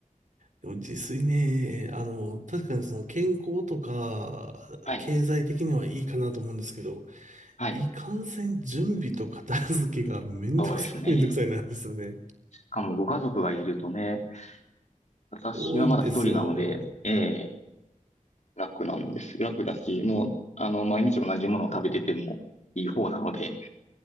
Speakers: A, on the right (about 65°); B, on the left (about 60°).
A: でも自炊ね、あの、確かにその健康とか、
B: はい。
A: 経済的にはいいかなと思うんですけど、
B: はい。
A: いかんせん準備と片付けがめんどくさいめんどくさいなんですよね。
B: そうですね。しかもご家族がいるとね、私はまだ一人なので、
A: 多いんですよ。
B: ええ楽なんです。楽だし、もう、あの、毎日同じものを食べててもいい方なので、